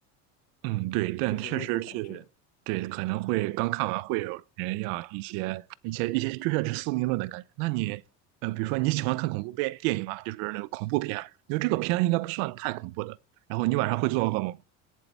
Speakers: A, on the right; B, on the left.
A: 嗯，对，但确实是，
B: 就是那种感觉。
A: 对，可能会刚看完会有人要一些一些一些追下是宿命论的感觉。那你呃，比如说你喜欢看恐怖片电影啊，就是那个恐怖片啊，因为这个片应该不算太恐怖的。然后你晚上会做噩梦吗？